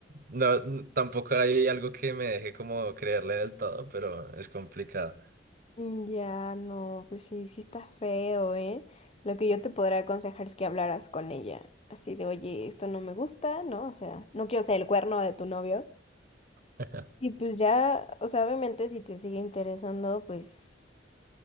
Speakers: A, on the right (about 50°); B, on the left (about 35°).
A: no, n- tampoco hay algo que me deje como creerle del todo, pero es complicado.
B: Mm, Ya, no, pues sí, sí está feo, ¿eh? Lo que yo te podría aconsejar es que hablaras con ella, así de, oye, esto no me gusta, ¿no? O sea, no quiero ser el cuerno de tu novio,
A: <laughs>
B: Y pues ya, o sea, obviamente si te sigue interesando, pues